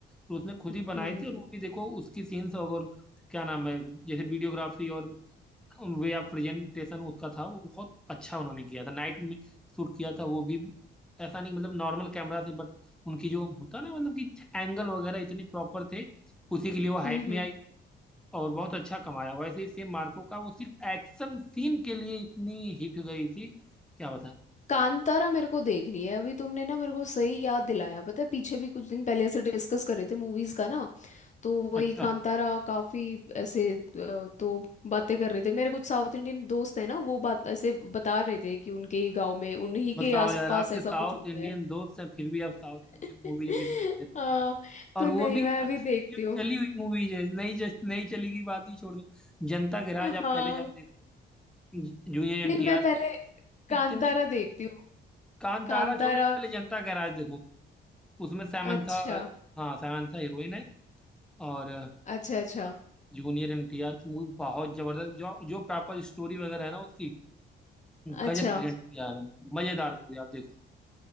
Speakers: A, in the centre; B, on the left.
A: तो उसने खुद
B: हम्म
A: ही बनाई थी और वो भी देखो उसकी सीन्स और क्या नाम है जैसे वीडियोग्राफी और वे ऑफ प्रेजेंटेशन उसका था वो बहुत अच्छा उन्होंने किया था नाइट में शूट किया था वो भी ऐसा नहीं मतलब नॉर्मल कैमरा से बट उनकी जो होता ना मतलब कि एंगल वगैरह इतने प्रॉपर थे उसी के लिए वो
B: हम्म
A: हाइप में
B: हम्म
A: आई थी और बहुत अच्छा कमाया वैसे ही सेम मार्को का वो सिर्फ एक्शन सीन के लिए इतनी हिट गई थी क्या बताएं
B: कांतारा मेरे को देखनी है अभी तुमने ना मेरे को सही याद दिलाया पता है पीछे भी कुछ दिन पहले से डिस्कस कर रहे थे मूवीज का ना तो वही
A: अच्छा
B: कांतारा काफी ऐसे अ, तो बातें कर रहे थे मेरे कुछ साउथ इंडियन दोस्त हैं ना वो बात ऐसे बता रहे थे कि उनके ही गांव में उन्हीं
A: बताओ
B: के आसपास
A: यार आपके
B: ऐसा
A: साउथ
B: कुछ होता
A: इंडियन
B: है
A: दोस्त हैं फिर भी आप साउथ इंडियन
B: <laughs>
A: मूवीज मिस करते रहे
B: हाँ तो
A: और वो
B: नहीं
A: भी
B: मैं
A: अच्छी
B: अभी देखती
A: अच्छी जो
B: हूँ
A: चली हुई मूवीज है नहीं जस नहीं चली की बात ही छोड़ दो जनता के राज
B: हाँ
A: आप पहले जाओ देखो जू- जूनियर
B: नहीं
A: एनटीआर
B: मैं पहले कांतारा
A: इतनी
B: देखती हूँ
A: कांतारा
B: कांतारा
A: छोड़ो पहले जनता के राज देखो उसमें सैमंथा
B: अच्छा
A: हाँ सैमंथा हीरोइन है और
B: अच्छा अच्छा
A: जूनियर एनटीआर की मूवी बहुत जबरदस्त जो जो प्रॉपर स्टोरी वगैरह है ना उसकी गजब
B: अच्छा
A: प्रेजेंट किया है मजेदार मूवी आप देखो